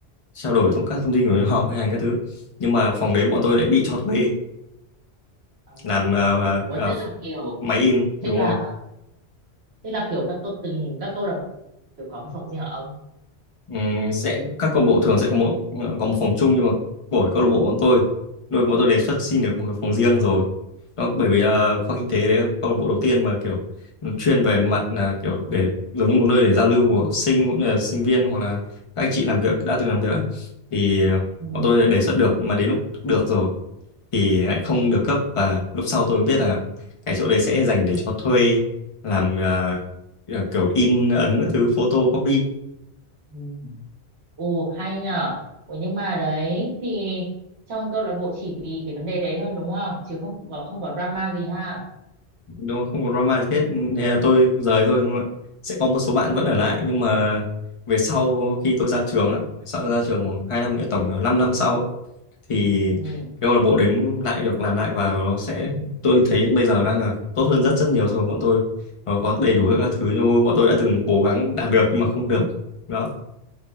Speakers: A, on the left (about 40°); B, on the right (about 75°).
A: trao đổi thông các thông tin của những họp hay hành các thứ nhưng mà phòng đấy bọn tôi lại bị cho thuê
B: Ờ,
A: làm ờ, ờ,
B: ủa
A: ờ,
B: tức là kiểu
A: máy in đúng
B: tức là
A: rồi
B: tức là kiểu các câu từng các câu lạc bộ đều có một phòng riêng hả ông
A: Ừm, sẽ các câu lạc bộ thường sẽ có một ờ, có một phòng chung nhưng mà của câu lạc bộ bọn tôi nuôi bọn tôi đề xuất xin được một cái phòng riêng rồi Đó, bởi vì ờ, khoa kinh tế đấy là câu lạc bộ đầu tiên mà kiểu chuyên về mặt là kiểu để giống như một nơi để giao lưu của học sinh cũng như là sinh viên hoặc là các anh chị làm việc đã từng làm việc ấy. Thì ờ,
B: ừ.
A: bọn tôi đã đề xuất được nhưng mà đến lúc được rồi thì lại không được cấp và lúc sau tôi mới biết là cái chỗ đấy sẽ dành để cho thuê làm ờ, kiểu in ấn các thứ photo copy
B: ừ. ồ hay nhờ, ủa nhưng mà đấy thì trong câu lạc bộ chỉ vì cái vấn đề đấy thôi đúng không chứ không có không có drama gì ha
A: đúng không không có drama gì hết thế là tôi rời thôi đúng không ạ? sẽ có một số bạn vẫn ở lại nhưng mà về sau khi tôi ra trường á sau ra trường khoảng hai năm nữa tổng là 5 năm sau á, thì
B: ừ
A: cái câu lạc bộ đếm lại được làm lại và nó sẽ tôi thấy bây giờ đang là tốt hơn rất rất nhiều so với bọn tôi nó có đầy đủ các
B: Ờ,
A: thứ như bọn tôi đã từng cố gắng đạt được nhưng mà không được đó